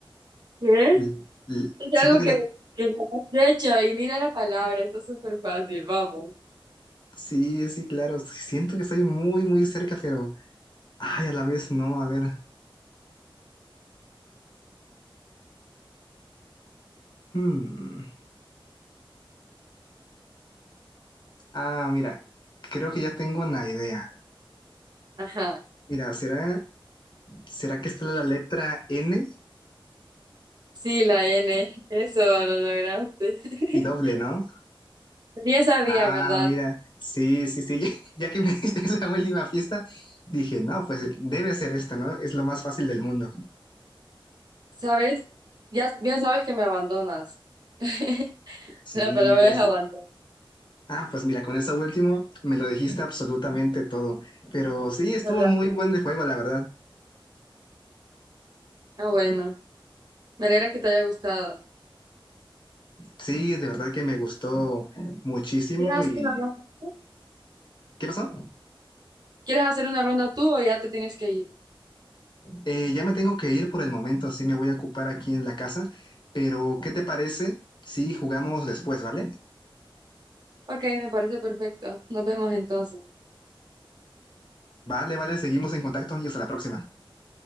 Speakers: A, on the right; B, on the left.
A: ¿Qué?
B: l- l-
A: Es
B: siento
A: algo
B: que
A: que,
B: la.
A: que me has hecho y mira la palabra, esto es súper fácil, vamos.
B: Sí, sí, claro. sí, Siento que estoy muy, muy cerca, pero. Ay, a la vez no. A ver. hmm. Ah, mira. Creo que ya tengo una idea.
A: Ajá.
B: Mira, ¿será, será que está la letra N
A: Sí, la N, eso lo lograste. <laughs>
B: y doble, ¿no?
A: Bien sabía,
B: Ah,
A: ¿verdad?
B: mira, sí, sí, sí, <laughs> ya, ya que me diste esa última pista, dije, no, pues debe ser esta, ¿no? Es lo más fácil del mundo.
A: ¿Sabes? Ya bien sabes que me abandonas. <laughs>
B: Sí,
A: La palabra
B: ya
A: es
B: sé.
A: abandono,
B: Ah, pues mira, con eso último me lo dijiste absolutamente todo, pero sí, estuvo
A: ¿verdad?
B: muy buen el juego, la verdad.
A: Ah, bueno, me alegra que te haya gustado.
B: Sí, de verdad que me gustó muchísimo
A: ¿Quieres hacer
B: y...
A: una ronda tú?
B: ¿Qué pasó?
A: ¿Quieres hacer una ronda tú o ya te tienes que ir?
B: Eh, ya me tengo que ir por el momento, sí me voy a ocupar aquí en la casa, pero ¿qué te parece si jugamos después, ¿vale?
A: Ok, me parece perfecto. Nos vemos entonces.
B: Vale, vale, seguimos en contacto y hasta la próxima.